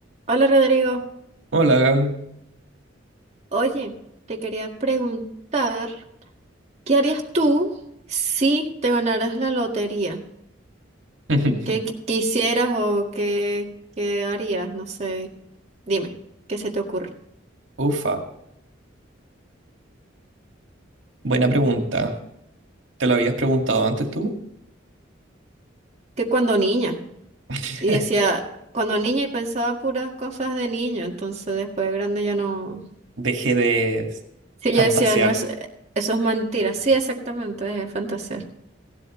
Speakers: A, on the right; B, on the right.
A: Hola Rodrigo,
B: Hola, Gaby.
A: oye, te quería preguntar, ¿qué harías tú si te ganaras la lotería?
B: <laughs>
A: ¿Qué qui- quisieras o qué, qué harías? No sé, dime, ¿qué se te ocurre?
B: Ufa, buena pregunta. ¿Te lo habías preguntado antes tú?
A: Que cuando niña,
B: <laughs>
A: y decía, cuando niña y pensaba puras cosas de niño, entonces después de grande ya no...
B: Dejé de s-
A: Sí,
B: fantasear,
A: yo decía, no, es- eso es mentira, sí, exactamente, es fantasear.